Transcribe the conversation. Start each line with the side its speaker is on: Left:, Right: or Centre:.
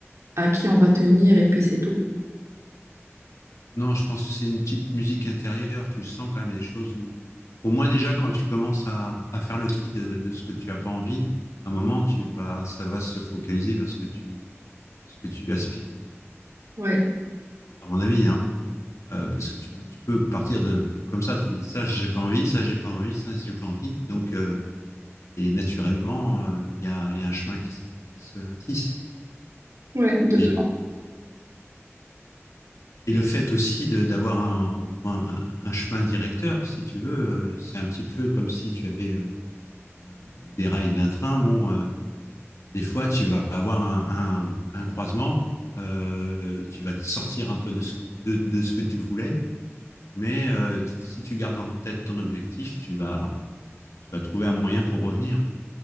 Right: à qui on va tenir et puis c'est tout?
Left: Non, je pense que c'est une petite musique intérieure. Tu le sens quand même, des choses où, au moins déjà, quand tu commences à, à faire le tri de, de ce que tu n'as pas envie, à un moment, tu vas, ça va se focaliser vers ce que tu, ce que tu aspires,
Right: Ouais,
Left: à mon avis, hein. Euh, parce que tu, peux- tu peux partir de comme ça, tu dis ça, j'ai pas envie, ça, j'ai pas envie, ça, j'ai pas envie. Donc, euh, et naturellement, euh, il y a, il y a un chemin qui se, qui se tisse.
Right: ouais, de,
Left: Et, et le fait aussi de- d'avoir un, d'avoir un, un chemin directeur, si tu veux, euh, c'est un petit peu comme si tu avais euh, Euh, des rails d'un train, bon, euh, des fois, tu vas avoir un, un, un croisement, euh, tu vas sortir un peu de ce, de, de ce que tu voulais, mais euh, tu, si tu gardes en tête ton objectif, tu vas, tu vas trouver un moyen pour revenir.